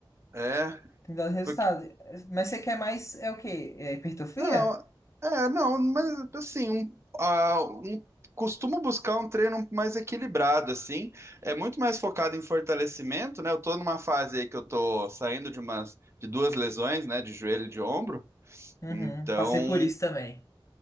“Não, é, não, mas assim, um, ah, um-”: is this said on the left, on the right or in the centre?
Right